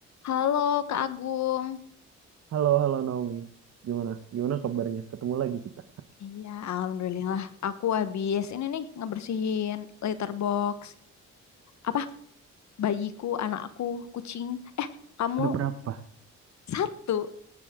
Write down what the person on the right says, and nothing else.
Halo, halo Naomi. Gimana? Gimana kabarnya? Ketemu lagi kita.
<laughs> Ada berapa?